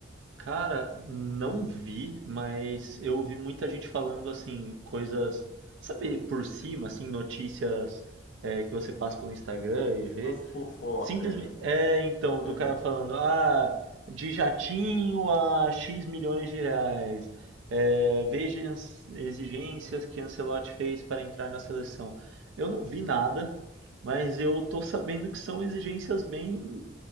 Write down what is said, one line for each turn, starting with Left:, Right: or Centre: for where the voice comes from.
Right: Cara, não vi, mas eu ouvi muita gente falando assim, coisas, sabe, por cima, assim, notícias é, que você passa pelo Instagram e vê.
Left: Mas fofoca,
Right: Simplesmente,
Left: né?
Right: é, então, do
Left: <laughs>
Right: cara falando, ah, de jatinho a X milhões de reais. É, veja as exigências que Ancelotti fez para entrar na seleção. Eu não vi nada, mas eu tô sabendo que são exigências bem